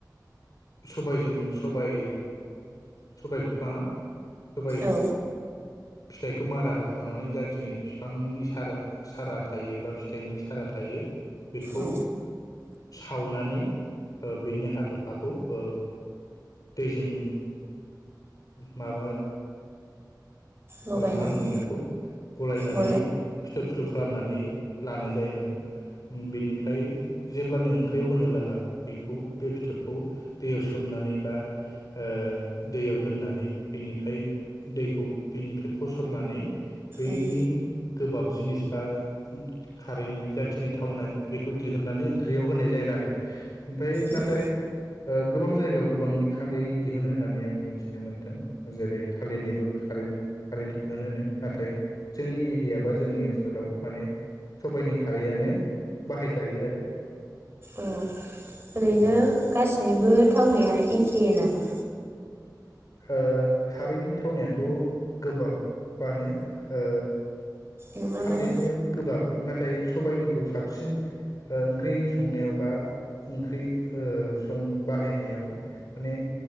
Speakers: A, on the left; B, on the right.
A: सबायजों सबाय सबाय बिफाङा सबाय
B: औ
A: फिथाइखौ मारा होखांनानै जाखिनि बिफांनि सारो सारा थायो बा फिथाइनि सारा थायो बेखौ
B: औ
A: सावनानै ओ बिनि हाथ'फ्लाखौ ओ दैजों माबा
B: लगायनानै
A: ओ मा होनगोन बेखौ गलायनानै
B: औ
A: फिथ'र फिथ'र खालामनानै लानाय जायोमोन बेनिफ्राय जेब्लानो ओंख्रियाव होनो लागा बेखौ बे फिथ'रखौ दैयाव सो सोमनानै बा ओ दैयाव दोननानै बेनिफ्राय दैखौ बिनिफ्राय फसरनानै बेनि
B: उम
A: गोबाब जिनिस बा खारैनि जाखिनि थावनाय बेखौ दिहुननानै ओंख्रियाव होनाय जागोन आरो ओमफ्राय नाथाय
B: उम
A: ओ गोबां जायगायाव गोबांनि खारै दिहुनो होननानै आं मिथिनो मोनदों जेरै थालिरनिबो खारै खारै दिहुनो नो। नाथाय जोंनि एरिया बा जोंनि ओनसोलाव माने सबाइनि खारैआनो बाहायजायो आरो।
B: औ ओरैनो
A: उम।
B: गासिनिबो थावनाया एखे नामा?
A: खा-खारैनि थावनायाथ' गोबाबानो ओ
B: नङा
A: थालिरनियाबो
B: माने
A: गोबाब नाथाय सबाइनि खौ साबसिन ओ ओंख्रि संनायाव बा ओंख्रि ओ सं बाहायनायाव माने